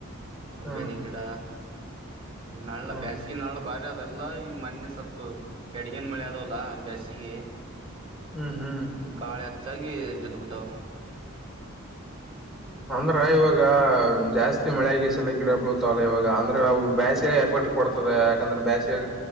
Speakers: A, on the right; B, in the centre.
A: ಒಂದ್
B: ಹ್ಮ್
A: ಬೆನಿ ಗಿಡ. ನಳ
B: ಹ್ಮ್
A: ಬ್ಯಾಸಿಗಿ ನಾಳ ಬಾರಿ. ಅದೆಲ್ಲಾ ಈ ಮೊನ್ನೆ ಸ್ವಲ್ಪ ಕೆಡಗಿನ ಮಳೆ ಅದವಲ್ಲ ಬ್ಯಾಸಿಗಿ.
B: ಹ್ಮ್ ಹ್ಮ್
A: ಗಾಳಿ ಹೆಚ್ಚಾಗಿ ಬಿಡ್ಡಬಿಟ್ಟವ್.
B: ಅಂದ್ರ ಇವಾಗ ಜಾಸ್ತಿ. ಮಳೆಗೆಸಲ ಗಿಡ ಬಳ್ತಾವಲ್ಲ ಇವಾಗ ಅಂದ್ರೆ ಅವು ಬ್ಯಾಸ್ಯಾಗ್ ಎಫೆಕ್ಟ್ ಕೊಡ್ತದೆ ಯಾಕಂದ್ರ ಬ್ಯಾಸ್ಯಾಗ್.